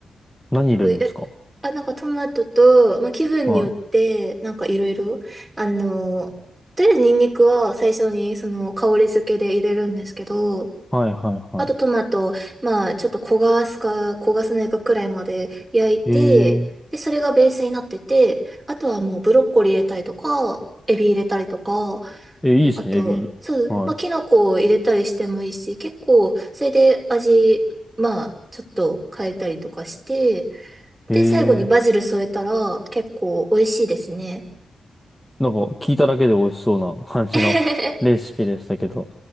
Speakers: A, in the centre; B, on the right.
A: 何入れるんですか
B: そういう、あ、なんかトマトと、まあ、気分によって、
A: は
B: なんかいろいろ、あの、とりあえずニンニクは最初にその香り付けで入れるんですけど、
A: い。はいはいは
B: あとトマト、まあちょっと焦がすか焦がさないかくらいまで焼いて、
A: い。へえ、
B: で、それがベースになってて、あとはもうブロッコリー入れたりとか、エビ入れたりとか、
A: え、いいですね、
B: あと、
A: エビ。
B: そう、
A: は
B: まあ、キノコを入れたりしてもいいし、結構、それで味、まあ、ちょっと変えたりとかして、
A: い。
B: で、
A: へえ。
B: 最後にバジル添えたら、結構美味しいですね。
A: なんか聞いただけで美味しそうな感じのレシピでしたけど。
B: えへへへ